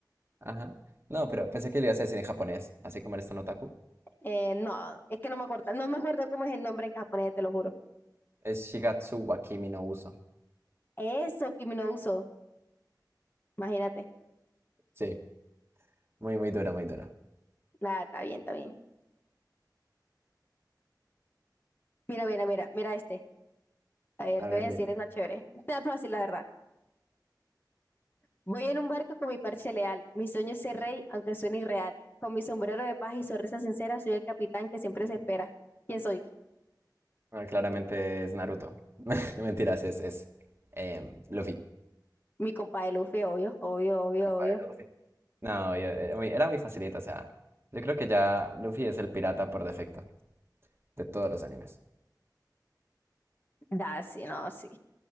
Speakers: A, on the right; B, on the left.
A: Ajá. No, pero pensé que lo ibas a decir en japonés, así como eres tan otaku.
B: Eh, no, es que no me acuerdo. No me acuerdo cómo es el nombre en japonés, te lo juro.
A: Es Shigatsu wa Kimi no Uso.
B: Eso, Kimi no Uso. Imagínate.
A: Sí, muy, muy dura, muy dura.
B: Nada, está bien, está bien. Mira, mira, mira, mira este. A ver,
A: A
B: te
A: ver,
B: voy a decir,
A: dime.
B: es una chévere. Está fácil, la verdad. Voy en un barco con mi parche leal. Mi sueño es ser rey, aunque suene irreal. Con mi sombrero de paz y sonrisa sincera, soy el capitán que siempre se espera. ¿Quién soy?
A: Ah, claramente es Naruto. <laughs> Mentiras, es, es em, Luffy.
B: Mi compadre Luffy, obvio, obvio, obvio,
A: El compa
B: obvio.
A: de Luffy. No, yo- era muy, era muy facilita, o sea, yo creo que ya Luffy es el pirata por defecto de todos los animes.
B: Da, sí, no, sí.